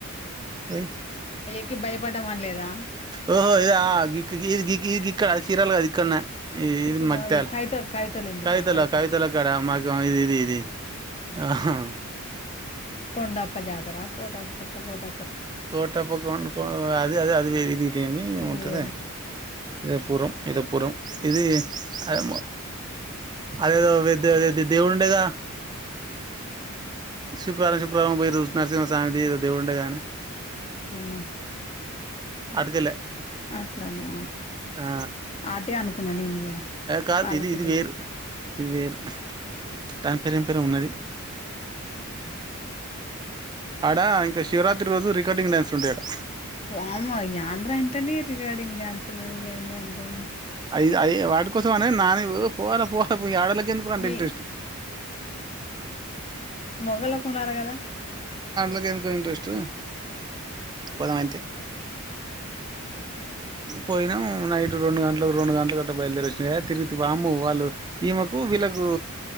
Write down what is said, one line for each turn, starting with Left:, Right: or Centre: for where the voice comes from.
Right: ఏయి
Left: ి భయపడడం అనిలేదా
Right: ఓహో ఇది ఇ ఇక్కడ చీరలు కద ఇక్కడనే
Left: చికెన్
Right: ఇది మగతాల
Left: కైతో కైతోలేండి
Right: కవితల
Left: కైతో
Right: కవితల అక్కడ మగ ఇ ఇది ఇది ఆహా
Left: కొండపాజతరా కోట కోట
Right: కోట పకం అది అది అదిే ఇదిద
Left: ఇది
Right: ఉంటది
Left: వేరే
Right: ఇదేపుూరం ఇదేపుూరం ఇది ఆ అదేదో దేవుడుండేగా శుక్రవారం శుక్రవారం పోయి నరసింహ స్వామిదిదో దేవుడుండే గానే
Left: అట్లానా
Right: అటుకెళ్ళే
Left: అట్లానా
Right: ఆ
Left: ఆటే అనుకున్నా నేను కూడా
Right: కాదు
Left: పాలపిల్లలు
Right: ఇది ఇది వేరు ఇది వేరు దాని పేరేం పేరో ఉన్నది ఆడ ఇంకా శివరాత్రి రోజు రికార్డింగ్ డ్యాన్స్ ఉంటాయి ఆట
Left: వామ్మో యాండ్రంటేనే రికార్డింగ్ డ్యాన్స్ లో గాయాన్ని ఉంటయ
Right: అది అది వాటి కోసం అనే నాని పో పో పోవలె ఆడాళ్లకి ఎందు అంటే
Left: ఈ
Right: ఇంట్రెస్ట్
Left: మొగలకు ఉండాలి కదా
Right: అకి ఎందుకో ఇంట్రెస్ట్ పోదాం అంతే పోయినాం నైట్ రెండు గంటలకు రెండు గంటల గట్ట బయలుదేరి వచ్చినంది తిరుగి అమ్ము వాళ్ళు ఈమెకు వీళ్ళకు